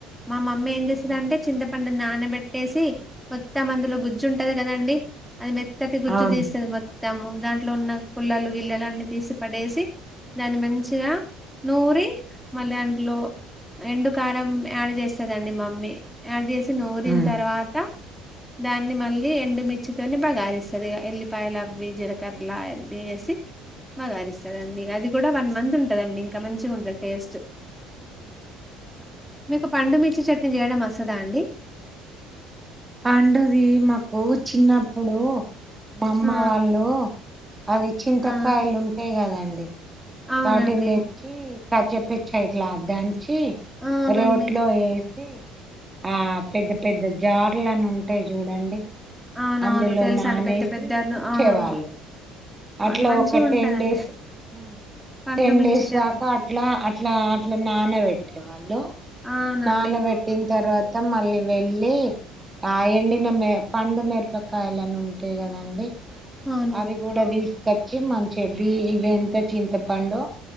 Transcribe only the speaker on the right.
ఆ
అవును
ఆ
అవునా.
పండుది మాం ఓ చిన్నప్పుడూ మా అమ్మ
వాళ్ళు అది చింతకాయలు
ఉంటాయి కదం అండి
బాటింగ్ డెచ్చి క చెపిచ్చా ఇట్లా దానికి చీ
రోడ్ లో ఏ డి ఆ పెద్ద పెద్ద జ ట్లని ఉంటాయి చూడండి
అందులో
నానేసీ
ఉంచేవాళ్ళు,
అట్లా
ఒక
టెన్ డేస్ ఆహ్
టెన్
డేస్
దాకా అట్లా అట్లా అట్లా నాన పెట్ టే వాళ్ళు
నానబెట్టిన తర్వా త మళ్ళీ వెళ్ళీ ఆయండి న మీర్ పండు మిరపకాయాలని ఉంటాయి కదండి
అవి కూడ దీస్ కచ్చి మంచెవి ఇవి ఎంత చింతపండొ